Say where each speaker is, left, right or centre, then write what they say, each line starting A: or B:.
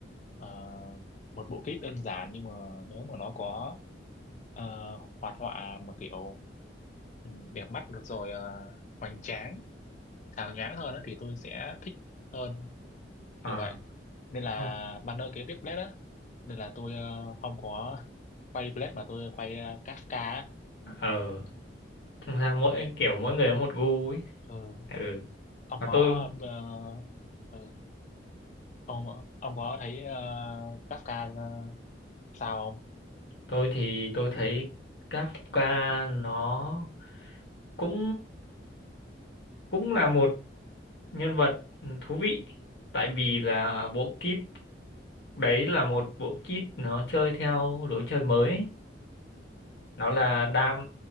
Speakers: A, on the left; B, on the left.
A: ờ, một bộ kit đơn giản nhưng mà nếu mà nó có ờ, hoạt họa mà kiểu ừ, đẹp mắt được rồi ờ, hoành tráng hào nhoáng hơn á thì tôi sẽ thích hơn
B: à
A: kiểu vậy nên là
B: không
A: banner kế tiếp Blade á nên là tôi ờ, không có quay Blade mà tôi quay ờ, Kafka á.
B: ờ thực ra mỗi kiểu mỗi người có một gu ấy
A: ừ
B: ừ
A: ông
B: mà
A: có
B: tôi
A: ờ, ừ. ông ông có thấy ờ, Kafka ờ, sao không
B: tôi thì tôi thấy Kafka nó cũng cũng là một nhân vật thú vị tại vì là bộ kit đấy là một bộ kit nó chơi theo lối chơi mới ấy. nó là đam